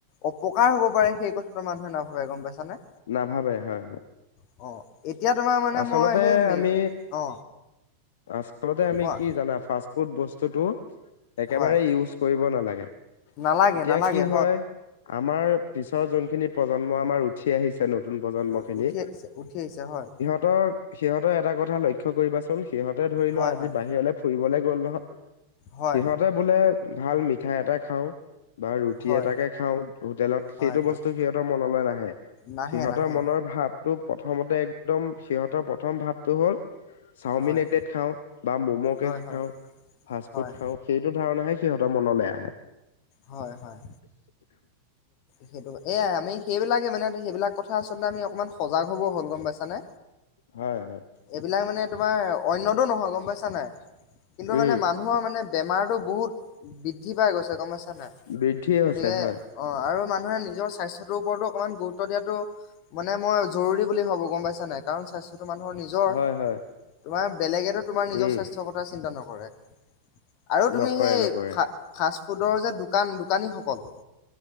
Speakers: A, on the left; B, on the left.
A: অপকাৰ হব পাৰে সেই কথাটো মানুহে নাভাবে গম পাইছানে।
B: নাভাবে হয় হয়।
A: অ'। এতিয়া তোমাৰ মানে
B: আচলতে
A: মই সেই মে
B: আমি,
A: অ
B: আচলতে আমি
A: কোৱা
B: কি জানা ফাৰ্ষ্ট <unintelligible> ফুড বস্তুটো একেবাৰে
A: হয়
B: ইউজ কৰিব নালাগে,
A: নালাগে
B: তেতিয়া
A: নালাগে
B: কি হয় আমাৰ পিছৰ যোনখিনি প্ৰজন্ম আমাৰ উঠি আহিছে নতুন প্ৰজন্ম
A: উ-
B: খিনি
A: উঠি আহিছে উঠি আহিছে হয়।
B: সিহতৰ, সিহঁতৰ এটা কথা লক্ষ্য কৰিবাচোন, সিহঁতে ধৰি
A: হয়
B: লোৱা আজি
A: হয়
B: বাহিৰলৈ ফুৰিবলে গ'ল নহয়,
A: হয়
B: সিহঁতে বোলে ভাল মিঠাই এটাই খাওঁ বা ৰুটি
A: হয়
B: এটাকে খাওঁ হোটেলত
A: হয়
B: সেইটো
A: হয়
B: বস্তু সিহঁতৰ মনলৈ নাহে।
A: নাহে
B: সিহতৰ
A: নাহে
B: মনৰ ভাৱটো প্ৰথমতে, একদম সিহঁতৰ প্ৰথম ভাৱটো হ'ল চাওমিন
A: হয়
B: এক <unintelligible> খাওঁ বা ম'ম' কে
A: হয়
B: খাওঁ,
A: হয়
B: ফাষ্ট
A: হয়
B: ফুড
A: হয়
B: খাওঁ সেইটো ধাৰণাহে সিহঁতৰ মনলৈ আহে।
A: হয় হয়। সেইটো এয়াই আমি সেইবিলাকে মানে সেইবিলাক কথা আচলতে আমি অকণমান সজাগ হ'ব হ'ল গম পাইছানে।
B: হয় হয়।
A: এইবিলাক মানে তোমাৰ অন্যতো নহয় গম পাইছা নাই, কিন্তু মানে
B: উম
A: মানুহৰ মানে বেমাৰটো বহুত বৃদ্ধি পাই গৈছে গম পাইছা নাই,
B: বৃদ্ধিয়ে হৈছে
A: গতিকে অ',
B: হয়।
A: আৰু মানুহে নিজৰ স্বাস্থ্যটোৰ ওপৰতো অকমান গুৰুত্ব দিয়াটো মানে মই জৰুৰী বুলি ভাবো গম পাইছা নাই, কাৰণ স্বাস্থ্যতো মানুহৰ নিজ <unintelligible>
B: হয় হয়
A: তোমাৰ বেলেগেতো তোমাৰ নিজৰ
B: উম
A: স্বাস্থ্যৰ কথা চিন্তা নকৰে। আৰু তুমি
B: নকৰে
A: সেই
B: নকৰে
A: ফা-ফাষ্টফুডৰ যে দোকান দোকানীসকল